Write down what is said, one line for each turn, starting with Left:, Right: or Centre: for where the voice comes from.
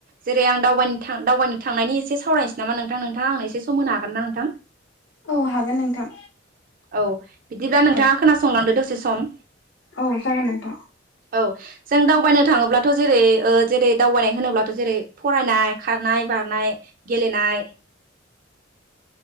Right: जेरै आं दावबायनो थां दावबायनो थांनायनि एसे सावरायनोसै नामा नोंथां नोंथाङा एसे सम होनो हागोन ना नोंथां?
Left: औ हागोन नोंथां।
Right: औ बिदिब्ला नोंथाङा
Left: औ
Right: खोनासंलांदो दसे सम
Left: औ जागोन नोंथां
Right: औ जों दावबायनो थांङोब्लाथ' जेरै ओ जेरै दावबायनाय होनोब्लाथ' जेरै फरायनाय खारनाय बारनाय गेले नाय